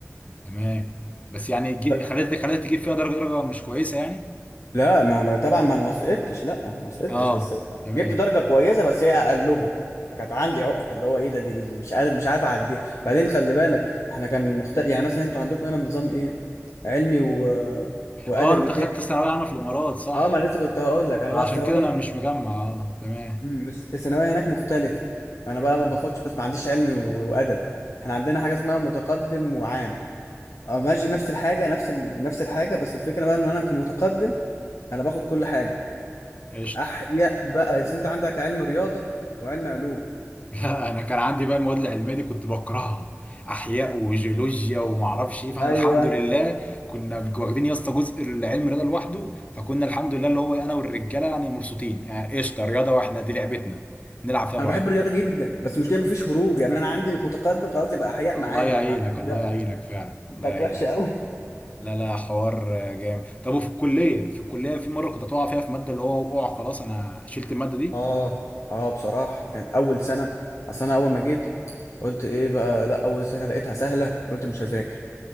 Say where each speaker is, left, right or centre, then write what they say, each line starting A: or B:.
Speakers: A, on the left; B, on the left.
A: تمام بس يعني جي...
B: ب-
A: خليت خليت تجيب فيها درجه درجه مش كويسه يعني
B: لا ما ما- طبعا ما ما سقطتش لا ما سقطتش
A: اه
B: بس
A: تمام
B: جبت درجة كويسة بس هي أقلهم فكانت عندي عقدة اللي هو إيه ده دي مش مش قادر مش عارف أعديها بعدين خلي بالك إحنا كان مختلف يعني مثلا أنتوا عندكم هنا نظام إيه علمي و... وأدبي
A: اه انت
B: وكده
A: خدت ثانوية عامة في الامارات صح
B: أه ما أنا لسه كنت هقول لك أنا
A: عشان
B: بقى الثانوية
A: كده انا مش مجمع اه تمام
B: مم، بس الثانويه هناك مختلفه انا بقى
A: مم.
B: ما باخدش بس ما عنديش علمي و- وادبي احنا عندنا حاجه اسمها متقدم وعام اه ماشي نفس الحاجه نفس ال... نفس الحاجه بس الفكره بقى ان انا كمتقدم انا باخد كل حاجه
A: قشطة
B: احياء بقى إذا انت عندك علم رياضه وعلم علوم
A: <laughs> لا انا كان عندي بقى المواد العلمية دي كنت بكرهها احياء وجيولوجيا وما اعرفش ايه فاحنا
B: ايوه
A: الحمد لله كنا واخدين يا اسطى جزء العلم رياضة لوحده فكنا الحمد لله اللي هو انا والرجالة يعني مبسوطين يعني قشطة رياضة واحنا دي لعبتنا نلعب فيها
B: انا
A: براحتنا
B: بحب الرياضه جدا بس مش كده مفيش هروب يعني انا عندي متقدم خلاص يبقى احياء
A: الله
B: معاك
A: يعينك
B: <laughs> ما عملتش
A: الله
B: لا
A: يعينك فعلا الله
B: كانت
A: يعينك
B: وحشه قوي
A: لا لا حوار جامد طب وفي الكلية في الكلية في مرة كنت هتقع فيها في مادة اللي هو وقع خلاص انا شلت المادة دي
B: اه اه بصراحه كان اول سنه اصل انا اول ما جيت قلت ايه بقى لا اول سنه لقيتها سهله قلت مش هذاكر